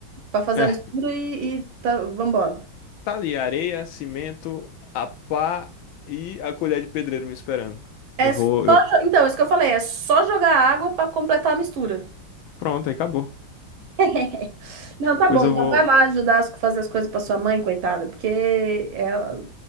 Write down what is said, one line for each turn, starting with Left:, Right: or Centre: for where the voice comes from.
Right: para fazer
Left: É,
Right: a mistura e, e tá, vambora.
Left: tá ali, areia, cimento, a pá e a colher de pedreiro me esperando.
Right: É
Left: Eu vou.
Right: só,
Left: Eu...
Right: jo- então, isso que eu falei, é só jogar água para completar a mistura.
Left: Pronto, aí acabou.
Right: <laughs> Não, tá
Left: Pois
Right: bom,
Left: eu
Right: então
Left: vou.
Right: vai lá ajudar a fazer as coisas para sua mãe, coitada, porque ela,